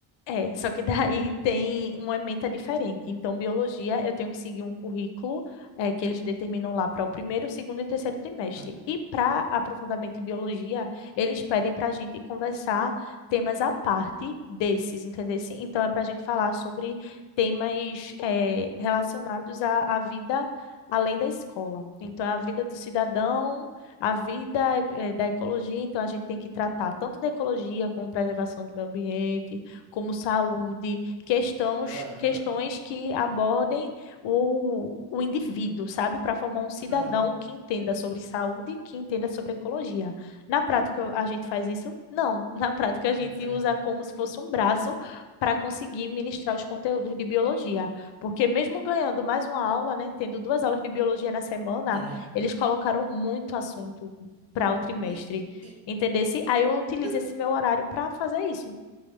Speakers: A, on the left; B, on the right.
A: É, só que <laughs> daí tem uma ementa diferente. Então, biologia, eu tenho que seguir um currículo eh, que eles determinam lá para o primeiro, segundo e terceiro trimestre.
B: Aham.
A: E para aprofundamento em biologia, eles pedem para a gente conversar temas à parte desses, entendeu? Então, é para a gente falar sobre temas eh, relacionados à, à vida além da escola. Então, é a vida do cidadão, a vida eh, da ecologia. Então, a gente tem que tratar tanto da ecologia como preservação do meio ambiente como saúde, questões,
B: Caramba.
A: questões que abordem o, o indivíduo, sabe? Para formar um cidadão
B: Aham.
A: que entenda sobre saúde, que entenda sobre ecologia. Na prática, a gente faz isso? Não. Na prática, a gente
B: Não faz
A: usa
B: não.
A: como se fosse um braço para conseguir ministrar os conteúdos de biologia. Porque mesmo ganhando mais uma aula, né, tendo duas aulas de biologia na semana,
B: Aham.
A: eles colocaram muito assunto para o trimestre,
B: E, e
A: entendesse? Aí eu utilizo
B: eu,
A: esse meu horário para fazer isso.